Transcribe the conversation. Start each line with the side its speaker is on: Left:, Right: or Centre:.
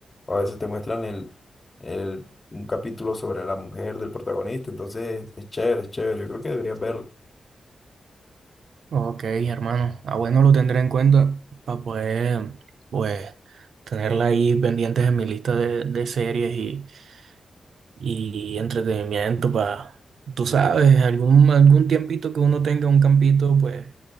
Left: o a veces te muestran el, el, un capítulo sobre la mujer del protagonista. Entonces es chévere, es chévere. Yo creo que deberías verlo.
Right: Ok, hermano. Ah, bueno, lo tendré en cuenta para poder, pues, tenerla ahí pendientes en mi lista de, de series y entretenimiento para, tú sabes, algún, algún tiempito que uno tenga un campito, pues